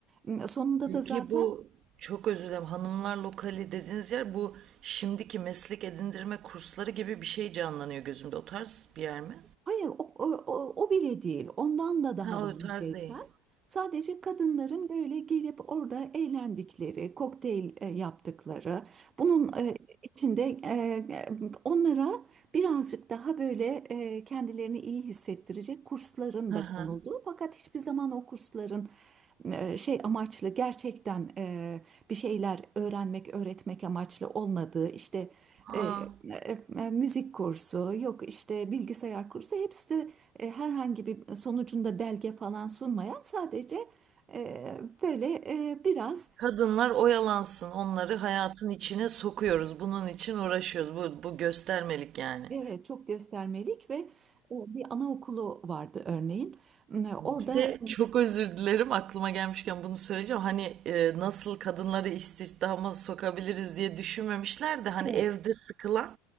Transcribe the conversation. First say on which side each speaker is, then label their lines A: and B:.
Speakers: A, on the right; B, on the right.
A: E, Sonunda
B: Peki
A: da zaten
B: bu çok özür dilerim hanımlar lokali dediğiniz yer bu şimdiki meslek edindirme kursları gibi bir şey canlanıyor gözümde. O tarz bir yer mi?
A: Hayır, o, o, o o bile değil. Ondan da daha
B: Ha
A: da
B: o
A: yüzeysel.
B: tarz değil.
A: Sadece kadınların böyle gelip orada eğlendikleri, kokteyl e, yaptıkları, bunun e, içinde e, e, onlara birazcık daha böyle e, kendilerini iyi hissettirecek kursların
B: Hı
A: da
B: hı.
A: konulduğu. Fakat hiçbir zaman o kursların e, şey amaçlı gerçekten e, bir şeyler öğrenmek, öğretmek amaçlı olmadığı, işte e,
B: Aa,
A: e, e, müzik kursu, yok işte bilgisayar kursu hepsi de e, herhangi bir sonucunda belge falan sunmayan sadece e, böyle e, biraz
B: kadınlar oyalansın onları hayatın içine sokuyoruz. Bunun için uğraşıyoruz. Bu, bu göstermelik yani.
A: evet, çok göstermelik ve e, bir anaokulu vardı örneğin. E,
B: Bir
A: Orada
B: de çok özür dilerim aklıma gelmişken bunu söyleyeceğim. Hani e, nasıl kadınları istihdama sokabiliriz diye düşünmemişler de hani
A: evet,
B: evde sıkılan